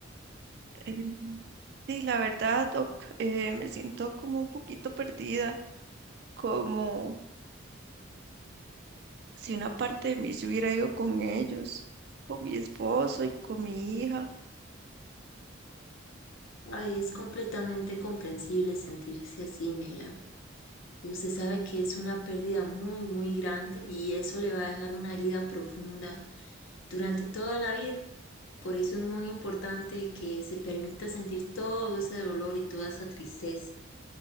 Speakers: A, on the right (about 50°); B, on the left (about 75°).
A: Eh, sí, la verdad, doc, eh, me siento como un poquito perdida, como si una parte de mí se hubiera ido con ellos, con mi esposo y con mi hija.
B: Ay, es completamente comprensible sentirse así, Mela. Y usted sabe que es una pérdida muy, muy grande y eso le va a dejar una herida profunda durante toda la vida. Por eso es muy importante que se permita sentir todo ese dolor y toda esa tristeza.